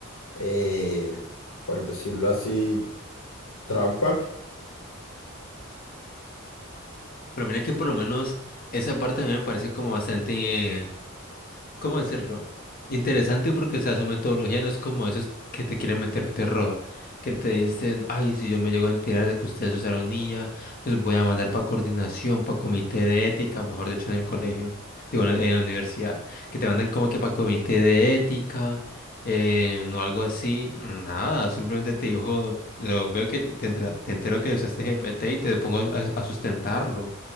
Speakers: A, on the left; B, on the left.
A: eh, por decirlo así, trampa.
B: pero mira que por lo menos esa parte a mí me parece como bastante ¿cómo decirlo? Interesante porque, o sea, su metodología no es como esos que te quieren meter terror, que te dicen, ay, si yo me llego a enterar de que ustedes usaron IA, los voy a mandar para coordinación, para comité de ética, mejor dicho, en el colegio, digo, en la, en la universidad, que te mandan como que para comité de ética, eh, o algo así, nada, simplemente te dijo, lo- veo que te, te entra- te entero que usaste GPT y te pongo a a sustentarlo.